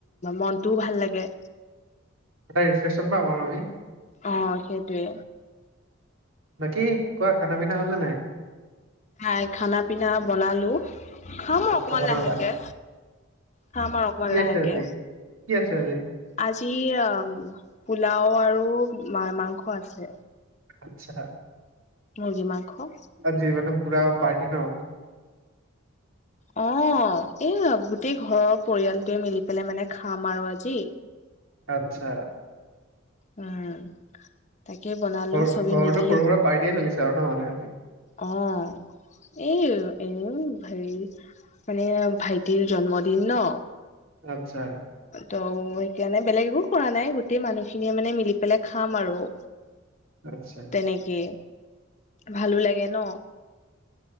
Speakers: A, on the left (about 35°); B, on the right (about 75°).
A: মনটোও ভাল লাগে।
B: এটা ৰিফ্ৰেছন পাম আৰু আমি।
A: অ সেইটোৱে।
B: বাকী কোৱা খানা পিনা হলে নে নাই?
A: হাই খানা পিনা বনালো। খাম আৰু
B: আচ্ছা
A: অকমান
B: বনালা
A: লাহেকে, খাম আৰু অকমান
B: কি
A: লাহেকে।
B: আছে আজি কি আছে আজি?
A: আজি আ পোলাও আৰুা মাংস আছে।
B: আচ্ছা।
A: মুৰ্গী মাংস।
B: আজি মানে পুৰা পাৰ্টি ন?
A: অ এই গোটেই ঘৰৰ পৰিয়ালটোৱে মিলি পেলাই মানে খাম আৰু আজি।
B: আচ্ছা
A: উম তাকে বনালো
B: ঘৰ
A: চবে
B: ঘৰতো
A: মিলি।
B: সৰু সুৰা পাৰ্টিয়ে চলিছে আৰু ন মানে আজি
A: অহ। এৰ এ হেৰি মানে ভাইটিৰ জন্মদিন ন।
B: আচ্ছা
A: ত সেইকাৰণে বেলেগ একো খোৱা নাই, গোটেই মানুহখিনিয়ে মানে মিলি পেলাই খাম আৰু।
B: আচ্ছা।
A: তেনেকে ভালো লাগে ন?